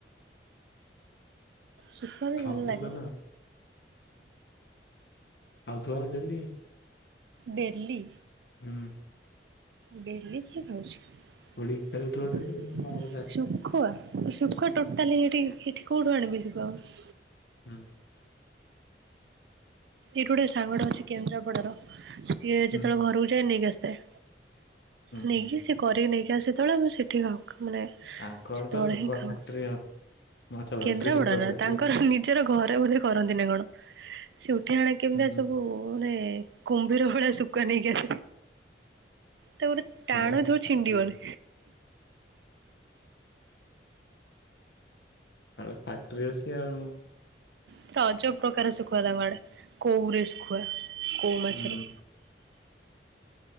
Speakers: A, on the right; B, on the left.
A: ଶୁଖୁଆ
B: <unintelligible>
A: ବି
B: ଖାଉଥିବ
A: ଭଲ ଲାଗେ
B: ତ ଡେଲି।
A: ଡେଲି।
B: ହୁଁ।
A: ଡେଲି କିଏ ଖାଉଛି।
B: ପୋଡିକି ଖେଳୁଥିବ ଡେଲି ମୋର ସେ
A: ଶୁଖୁଆ, ଶୁଖୁଆ
B: ହୁଁ
A: ଟୋଟାଲି ଏଠି ଏଠି କଉଠୁ ଆଣିବି <unintelligible>
B: ହୁଁ।
A: ଏଇଠୁ ଗୋଟେ ସାଙ୍ଗ ଟେ ଅଛି କେନ୍ଦ୍ରାପଡା ସିଏ
B: ହୁଁ
A: ଯେତେବେଳେ ଘରକୁ ଯାଏ ନେଇକି ଆସିଥାଏ।
B: ହୁଁ
A: ନେଇକି
B: ହୁଁ
A: ସିଏ କରେଇ ନେଇକି ଆ ସେତେଳେ ମୁଁ ଆଉ ସେଠିକି ହ ମାନେ
B: ତାଙ୍କ ଆଡେ
A: ସେତେବେଳେ
B: ତ ଶୁଖୁଆ
A: ହିଁ ଖାଉ।
B: ଫ୍ୟାକ୍ଟ୍ରି ଆଉ ମାଛ ଫ୍ୟାକ୍ଟ୍ରି
A: କେନ୍ଦ୍ରାପଡାର
B: ଶୁଖୁଆ ଫ୍ୟାକ୍ଟ୍ରି
A: ତାଙ୍କର ନି- - ଜର ଘରେ ବୋଧେ କରନ୍ତି ନା କଣ? ଏଠି ଆଣେ କେମିତିଆ
B: ହୁଁ
A: ସବୁ ମାନେ କୁମ୍ଭୀର ଭଳିଆ ଶୁକୁଆ ନେଇକି ଆସେ। ତ ଗୋଟେ
B: ସିଆଡେ
A: ଟାଣ ଦଉ
B: ଫ୍ୟାକ୍ଟ୍ରି
A: ଛିଣ୍ଡିବନି?
B: ତାଙ୍କ ଫାକ୍ଥିରି ଅଛି ଆଉ।
A: ପୁରା ଅଜବ ପ୍ରକାର ଶୁଖୁଆ ତାଙ୍କ ଆଡେ କୋଉରେ ଶୁଖୁଆ କୋଉ ମାଛର।
B: ହୁଁ